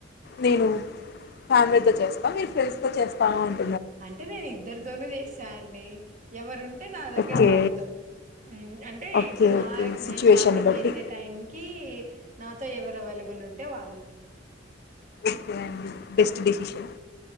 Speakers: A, on the left; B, on the right.
A: నేను
B: ఆ
A: ఫ్యామిలీతో చేస్తా మీరు ఫ్రెండ్స్ తో చేస్తా ఉంటా
B: అంటే నేను ఇద్దరితోను చేస్తానండి ఎవరుంటే నా దగ్గర
A: ఓకే
B: వాళ్ళతో అం అంటే
A: ఓకే
B: ఇప్పుడు నా
A: ఓకే సిచ్యువేషన్
B: నేను షాపింగ్
A: బట్టి
B: చేసే టైంకి నాతో ఎవరెవ అవైలబుల్ ఉంటే వాళ్ళు
A: ఓకే అండి బెస్ట్ డెసిషన్